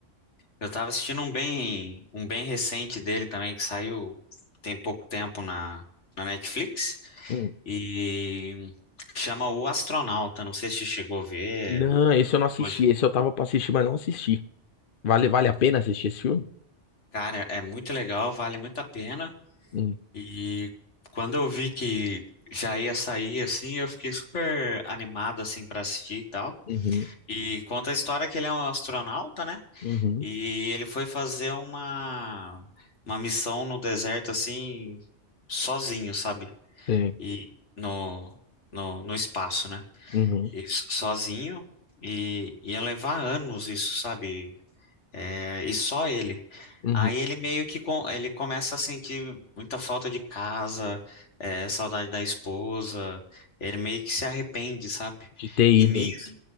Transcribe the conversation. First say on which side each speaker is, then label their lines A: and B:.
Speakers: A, on the left (about 75°); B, on the left (about 55°).
A: Eu tava assistindo um bem, um bem recente dele também, que saiu tem pouco tempo na, na Netflix,
B: Uhum.
A: e chama O Astronauta. Não sei se você chegou a ver.
B: Não, esse eu não assisti.
A: Hoje.
B: Esse eu tava pra assistir, mas não assisti. Vale, vale a pena assistir esse filme?
A: Cara, é muito legal, vale muito a pena.
B: Hum,
A: E quando eu vi que já ia sair, assim, eu fiquei super animado, assim, para assistir e tal.
B: Uhum,
A: E conta a história que ele é um astronauta, né?
B: uhum,
A: E ele foi fazer uma, uma missão no deserto, assim, sozinho, sabe?
B: sim,
A: E no, no, no espaço, né?
B: uhum,
A: E s- sozinho. E ia levar anos isso, sabe? É, e só ele.
B: uhum.
A: Aí ele meio que com, ele começa a sentir muita falta de casa, é, saudade da esposa. Ele meio que se arrepende, sabe?
B: De ter ido.
A: E nisso,